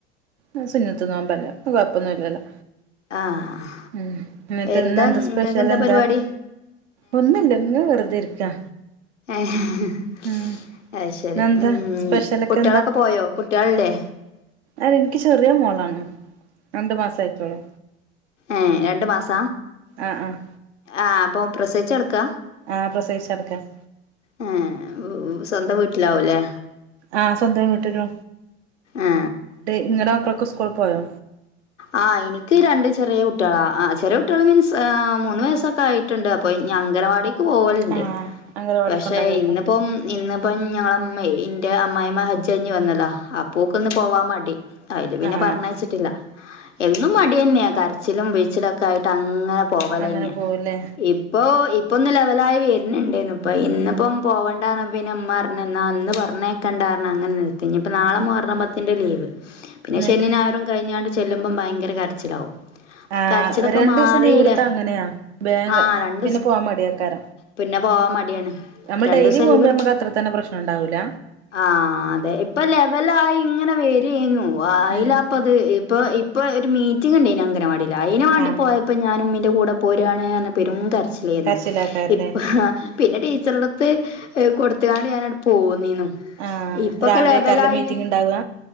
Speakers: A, on the right (about 70°); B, on the left (about 85°).
A: ആ സുന്നത്ത്നപല്ല അപ്പ ഓകുഴപ്പൊന്നും ഇല്ലല്ലോ.
B: ആഹ്
A: ഉ എന്നിട്ട്ന്തെന്താ
B: എന്താ
A: സ്പെഷ്യൽ
B: നിങ്ങൾക്ക്
A: എന്താ?
B: പരിപാടി
A: ഒന്നും ഇല്ല ഇങ്ങ വെറുതെ ഇരിക്കാ.
B: ആഹ് ഹെ
A: ഉം
B: അയ്ശരി
A: ഇന്നെന്താ
B: ഉം
A: സ്പെഷ്യലൊക്കെ
B: കുട്ടികളൊക്കെ പോയോ കുട്ടികളല്ലേ.
A: അതെനിക്ക് ചെറിയ മോളാണ് രണ്ടു മാസായിട്ടോളൂ
B: ഏഹ് രണ്ടു മാസ
A: ആഹ് ആഹ്
B: ആഹ് അപ്പൊ പ്രസവിച്ചടുക്ക?
A: ആഹ് പ്രസേിച്ചടക്കാന്
B: ഉം ഉം സ്വന്തം വീട്ടിലാവൂല്ലേ?
A: ആഹ് സ്വന്തം വീട്ടലോ
B: ആ
A: നിങ്ങളടെ മക്കളൊക്കെ സ്കൂളിൽ പോയോ?
B: ആ എനിക്ക് രണ്ട് ചെറിയ കുട്ടികളാ ആ ചെറിയ കുട്ടികള മീൻസ് മൂന്ന് വയസ്സൊക്കെ ആയി. ണ്ട് അപ്പൊ ഞൻ അംഗൻവാടിക്ക് പോവലുണ്ട്
A: ആഹ് അംഗനവാടിക്ക്
B: പക്ഷേ
A: കൊണ്ടാക്കി വെക്കാം
B: ഇന്നിപ്പം ഇന്നിപ്പം ഞങ്ങളമ്മ ഇന്റെ അമ്മായിമ്മ ഹജ്ജഞ് വന്നതാ അപ്പ ഒക്കെ ന്ന് പോവാൻ മടി. അയില് പിന്നെ
A: ആഹ്
B: പറഞ്ഞയച്ചിട്ടില്ല എന്നും മടി തന്നെയാ കരച്ചിലും വിഴച്ചിലും ഒക്കെ ആയിട്ട് അങ്ങനെ പോവല്
A: അങ്ങനെ
B: തന്നെയാ
A: പോവുല്ലേ
B: ഇ ഇപ്പോ ഇപ്പൊന്ന് ലെവലായി വരുന്നുണ്ടായിരുന്നു ഇപ്പ ഇന്ന് ഇപ്പം പോകണ്ടന്ന് പിന്നെ ഉമ്മ പറഞ്ഞ് എന്നാ അന്ന് പറഞ്ഞ കണ്ടാ കാരണം അങ്ങനെ നിർത്തി ഇനിപ്പോ നാളെ
A: ആഹ്
B: മുഹറം പത്തിന്റെ ലീവ് പിന്നെ
A: എന്നിട്ട്
B: ശനി ഞായറും കഴിഞ്ഞ ചെല്ലുമ്പം ഭയങ്കര കരച്ചിലാവും അപ്പൊ
A: ആ
B: കരച്ചിലൊക്കെ
A: രണ്ടു
B: മാറിയില്ലേ
A: ദിവസം ലീവ് എടുത്താ അങ്ങനെയാ ബാഗ്
B: ആ
A: അ്
B: രണ്ടൂസം
A: പിന്നെ പോവാൻ മടിയാക്കാര
B: പിന്നെ പോവാൻ മടിയാണ്
A: നമ്മൾ
B: രണ്ടൂസം
A: ഡെയിലി പോകുമ്പോ
B: ലീവ്
A: നമ്മുക്ക് അത്ര തന്നെ പ്രശ്നം ഉണ്ടാവൂല
B: ആഹ് അതെ ഇപ്പൊ ലെവലായി ഇങ്ങനെ വരുയായിരുന്നു അയിലപ്
A: ഉം
B: പ്പ് ഇപ്പൊ ഇപ്പൊ ഒരു മീറ്റിംഗ് ഉണ്ടയിന് അങ്ങനവാടില് അയിന് വേണ്ടി
A: ആഹ്
B: പോയ ഇപ്പം ഞാനും ഉമ്മിന്റെ കൂടെ പോരാണ്ന്ന് പെരും കരച്ചിലായിരുന്നു
A: കരച്ചിലാക്കാരല്ലേ
B: ഇപ്പ അ പിന്നെ ടീച്ചറടുത്ത് കൊടുത്തുകാണ് ഞാനിവിടെ പോന്നീനു
A: ആഹ്
B: ഇപ്പൊക്കെ
A: രാവിലെക്കാരല്ലേ
B: ലെവലായിങ്
A: മീറ്റിംഗ് ഉണ്ടാവുക